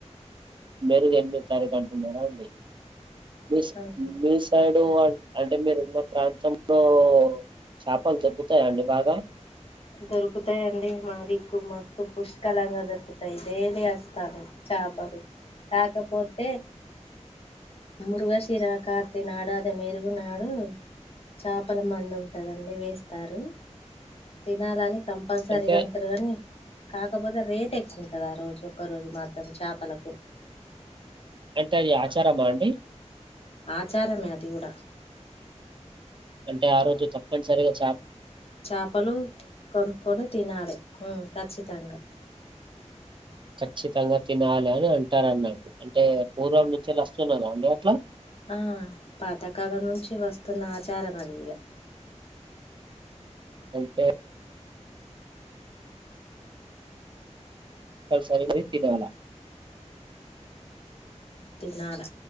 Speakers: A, on the right; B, on the left.
A: మెరుగు ఎనిమిది తారీఖు అంటున్నారా అండి మిస్
B: అవును
A: మీ సైడ్ డు అన్ అంటే మీరున్న ప్రాంతంలో చాపలు దొరుగుతాయా అండి బాగా
B: దొరుకుతాయండి మా దిక్కు మాకు పుష్కలంగా దొరుకుతాయి డైలీ వస్తారు చాపలు కాకపోతే మురుగశిరా కాకినాడ మెరుగు నాడు చాపల మందు ఉంటదండి వేస్తారు తినాలని కంపల్సరీగా
A: అంటే
B: అంటారు గానీ కాకపోతే రేట్ ఎక్కు ఉంటది ఆ రోజు ఒక్క రోజు మాత్రం చాపలకు
A: అంటే అది ఆచారమా అండి
B: ఆచారమే అది కూడా
A: అంటే ఆ రోజు తప్పనిసరిగా చా
B: చాపలు కొనుక్కొని తినాలి హుమ్ ఖచ్చితంగా
A: ఖచ్చితంగా తినాలి అని అంటారు అన్నట్ అంటే పూర్వం నుంచి వస్తున్నదా అండి అట్లా
B: ఆ పాతకాలం నుంచి వస్తున్న ఆచారం అది ఇగ
A: అంటే కల్సరి బోయ్ తినాల
B: తినాల